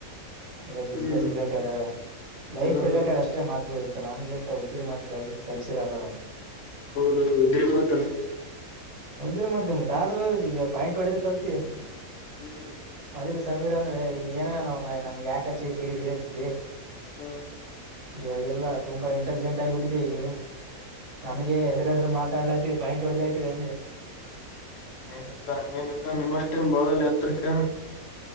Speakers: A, on the right (about 85°); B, on the left (about 65°).
A: ಅೆ ಬಿಸ್ಿನನೆಸ್
B: ಹ್ಮ್
A: ರಿಲೇಟೆಡ್ ಲೈಫ್
B: ಹ್ಮ್
A: ರಿಲೇಟೆಡ್
B: ಹ್ಮ್
A: ಅಷ್ಟೇ ಮಾತುಗ ಇರುತ್ತೆ ಮ ನಮ್ಗೆಿಂತ ಉದ್ದ್ರಿ ಮಾತು ಕ ಕಲಸಿರಲ್ಲ ನಾವು
B: ಹೌದುೌ ಉದ್ರೆ ಮಾತಲ್ಲ
A: ಉದ್ದಿರ ಮತ್ತೆ ಮತ್ತೆ ಆದ್ರೂ ಈಗ ಪಾಯಿಂಟ್ ಹೊಡದ ಕಲ್ತಯ
B: ಹ್ಮ್
A: ಮೊದ್ಲು ಸಮೀರ ಅಂದ್ರೆ ಇ ಏನನ ಮರ ನಮ್ಗೆ ಯಾಕೆ ಹಚ್ಚಿದ ಕಿರಿಕಿರಿ ಅಂತಿದ್ದಿ
B: ಹ್ಮ್
A: ಇವಾಗೆಲ್ಲಾ ತುಂಬಾ ಇಂಟೆಲಿಜೆಂಟ್ ಆಗಬಿಟ್ಟಿದೆ ಈಗೆಲ್ಲ ನಮ್ಗೆ
B: ಇಲ್ಲಲ್ಲಪ್ಪ
A: ಎದ್ರದ್ರ ಮಾತಾಡ್ಲಾತಿರಿ ಪೈಿಟ್ ಓಡ್ಲತಿಿದೆ ಅಂದೆ
B: ಏ ಇಲ್ಲ ಹಂಗೇನೆಲ್ಲಾ ನಿಮ್ಮ್ಷ್ಟೇನ್ ಬಳದಲ್ಲ ಎತ್ರರಿಕ